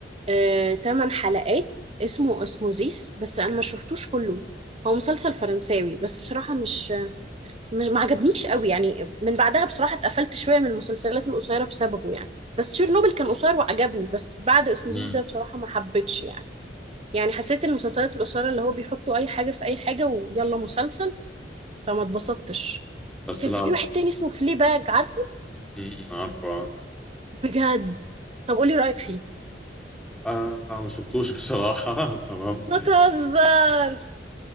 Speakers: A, on the right; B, in the centre.
A: آه، تمن حلقات اسمه اسموزيس بس انا ما شفتوش كله هو مسلسل فرنساوي بس بصراحه مش مش ما عجبنيش قوي يعني من بعدها بصراحة اتقفلت شوية من المسلسلات القصيرة بسببه يعني بس تشيرنوبل كان قصير وعجبني بس بعد اسموزيس
B: مم.
A: ده بصراحة ما حبيتش يعني يعني حسيت المسلسلات القصيرة اللي هو بيحطوا أي حاجة في أي حاجة ويلا مسلسل فما اتبسطتش
B: بس
A: بس كان
B: لا
A: في واحد تاني اسمه فليباج عارفه
B: مم، عارفة
A: بجد طب قولي رأيك فيه
B: آه ما شفتوش بصراحة <laughs> تمام
A: ما تهزرش